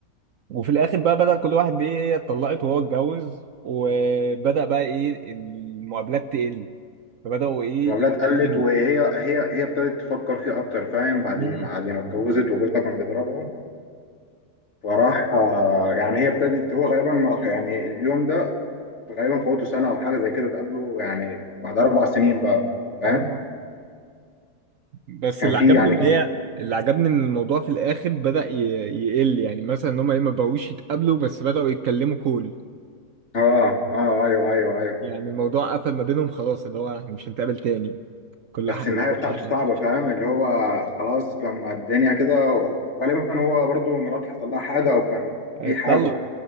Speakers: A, on the right; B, on the left.
A: وفي الاخر بقى بدل كل واحد ايه هي اتطلقت وهو اتجوز وبدأ بقى ايه المقابلات تقل فبدأوا ايه
B: المقابلات
A: يتكلموا
B: قلت وهي هي هي ابتدت تفكر فيه اكتر فاهم بعد
A: مم.
B: بعد ما اتجوزت وجوزها كان بيضربها فراح آه، يعني هي ابتدت هو غالبا ما راح يعني اليوم ده غالبا فوته سنه او حاجه زي كده اتقابلوا يعني بعد اربع سنين بقى فاهم
A: آه. بس
B: كان
A: اللي
B: في
A: عجبني
B: يعني
A: ان
B: كان
A: هي اللي عجبني ان الموضوع في الاخر بدأ ي- يقل يعني مثلا ان هم ايه ما بقوش يتقابلوا بس بدأوا يتكلموا كول
B: اه اه ايوه ايوه ايوه
A: يعني الموضوع قفل ما بينهم خلاص اللي هو احنا مش هنتقابل تاني كل
B: بس
A: حاجة
B: النهايه بتاعته
A: بتحب.
B: صعبه فاهم اللي هو خلاص لما الدنيا كده غالبا هو برضو مراته حصل لها حاجه او كان
A: هيتطلق
B: في حاجه